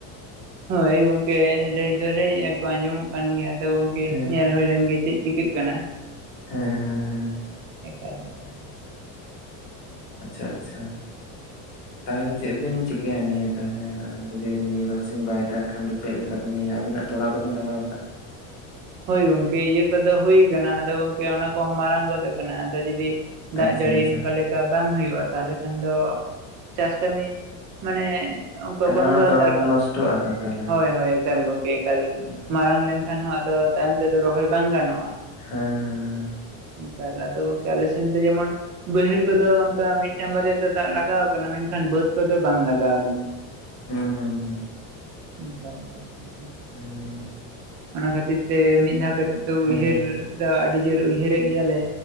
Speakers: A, on the right (about 50°); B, on the left (about 45°).
A: ᱦᱳᱭ ᱜᱚᱝᱠᱮ ᱞᱟᱹᱭ ᱫᱚ ᱞᱟᱹᱭᱮᱜ-ᱟ ᱠᱚ ᱟᱸᱡᱚᱢᱚᱜ ᱠᱟᱱ ᱜᱮᱭᱟ ᱟᱫᱚ ᱜᱚᱝᱠᱮ
B: ᱦᱮᱸ
A: ᱧᱮᱞ ᱦᱩᱭ ᱞᱮᱱ ᱜᱮ ᱪᱮᱫ ᱪᱤᱠᱟᱹᱜ ᱠᱟᱱᱟ᱾
B: ᱦᱮᱸ-ᱦᱮᱸ-ᱦᱮᱸ᱾
A: ᱮᱠᱟᱞ-ᱮᱠᱟᱞ᱾
B: ᱟᱪᱪᱷᱟ-ᱟᱪᱪᱷᱟ᱾ ᱛᱟᱦᱚᱞᱮ ᱪᱮᱫ ᱵᱤᱱ ᱪᱤᱠᱟᱹᱭᱟ ᱱᱤᱭᱟᱹ ᱛᱟᱦᱚᱞᱮ ᱡᱩᱫᱤ ᱱᱤᱭᱟᱹ ᱵᱟᱨᱥᱤᱧ ᱵᱟᱭ ᱫᱟᱜ ᱠᱷᱟᱱ ᱫᱚ ᱪᱮᱫ ᱞᱮ ᱠᱟᱨᱢᱤᱭᱟᱜ ᱟᱵᱤᱱᱟᱜ ᱛᱚᱲᱟ ᱠᱚ ᱵᱤᱱ ᱞᱟᱸᱜᱟᱣ ᱟᱠᱟᱜ-ᱟ᱾
A: ᱦᱳᱸᱭ ᱜᱚᱝᱠᱮ ᱤᱭᱟᱹᱠᱚ ᱫᱚ ᱦᱩᱹᱭ ᱠᱟᱱᱟ ᱟᱫᱚ ᱜᱚᱝᱠᱮ ᱚᱱᱟ ᱠᱚᱦᱚᱸ ᱢᱟᱨᱟᱝ ᱜᱚᱫ ᱠᱟᱱᱟ ᱟᱫᱚ ᱡᱩᱫᱤ ᱫᱟᱜ
B: ᱟᱪᱪᱷᱟ
A: ᱡᱟᱹᱲᱤ
B: ᱟᱪᱪᱷᱟ
A: ᱚᱱᱠᱟ ᱞᱮ ᱠᱟ ᱵᱟᱝ ᱦᱩᱭᱩᱜᱼᱟ ᱛᱟᱦᱞᱮ ᱠᱷᱟᱱ ᱫᱚ ᱪᱟᱥ ᱠᱟᱹᱢᱤ ᱢᱟᱱᱮ ᱚᱱᱠᱟ
B: ᱛᱟᱦᱚᱞᱮ
A: ᱵᱚᱱᱫᱚ
B: ᱚᱱᱟ
A: ᱦᱟᱛᱟᱲᱚᱜ-ᱟ
B: ᱛᱚᱲᱟ ᱢᱟ ᱱᱚᱥᱴᱚᱜᱼᱟ ᱛᱚ ᱛᱟᱦᱚᱞᱮ
A: ᱦᱳᱭ ᱦᱳᱭ᱾ ᱮᱠᱟᱞ ᱜᱚᱝᱠᱮ ᱮᱠᱟᱞ,
B: ᱦᱮᱸ ᱦᱮᱸ
A: ᱢᱟᱨᱟᱝ ᱞᱮᱱᱠᱷᱟᱱ ᱦᱚᱸ ᱟᱫᱚ ᱛᱟᱭᱚᱢ ᱛᱮᱫᱚ ᱨᱚᱦᱚᱭ ᱵᱟᱝ ᱜᱟᱱᱚᱜᱼᱟ᱾
B: ᱦᱮᱸ ᱦᱮᱸ᱾
A: ᱮᱠᱟᱞ ᱟᱫᱚ ᱜᱚᱝᱠᱮ ᱟᱞᱮ ᱥᱮᱱ ᱫᱚ ᱡᱮᱢᱚᱱ ᱵᱮᱹᱭᱦᱮᱹᱲ ᱠᱚᱫᱚ ᱚᱱᱠᱟ ᱢᱤᱫᱴᱟᱱ ᱵᱟᱹᱭᱦᱟᱹᱲ ᱠᱚᱫᱚ ᱚᱱᱠᱟ ᱢᱤᱫᱴᱟᱝ ᱵᱟᱨᱭᱟ ᱫᱚ ᱫᱟᱜ ᱞᱟᱜᱟᱣ ᱠᱟᱱᱟ ᱢᱮᱱᱠᱷᱟᱱ ᱵᱮᱹᱫ ᱠᱚᱫᱚ ᱵᱟᱝ ᱞᱟᱜᱟᱣ ᱠᱟᱱᱟ᱾
B: ᱦᱩᱸ ᱦᱩᱸ᱾
A: ᱚᱱᱠᱟ ᱞᱮᱠᱟ ᱟᱨᱠᱤ᱾
B: <inaudible>
A: ᱚᱱᱟ ᱠᱷᱟᱹᱛᱤᱨ ᱛᱮ ᱢᱤᱫ ᱫᱷᱟᱣ ᱠᱟᱛᱮᱜ ᱫᱚ
B: ᱦᱮᱸ
A: ᱩᱭᱦᱟᱹᱨ
B: ᱦᱮᱸ
A: ᱫᱚ ᱟᱹᱰᱤ ᱡᱳᱨ ᱩᱭᱦᱟᱹᱨᱮᱜ ᱜᱮᱭᱟ ᱞᱮ᱾